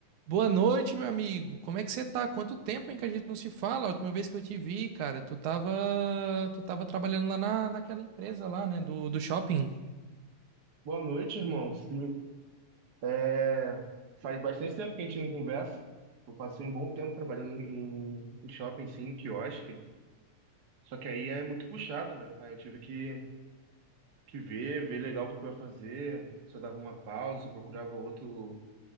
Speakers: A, on the right (about 85°); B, on the right (about 45°).
A: Boa noite, meu amigo. Como é que você tá? Quanto tempo, hein, que a gente não se fala? A última vez que eu te vi, cara, tu tava, tu tava trabalhando lá na, naquela empresa lá, né, do, do shopping.
B: Boa noite, irmão. Sim, é, faz bastante tempo que a gente não conversa. Eu passei um bom tempo trabalhando em, em em shopping, sim, em quiosque. Só que aí é muito puxado, né? Aí eu tive que, que ver, ver legal o que que eu ia fazer. Se eu dava uma pausa, se eu procurava outro,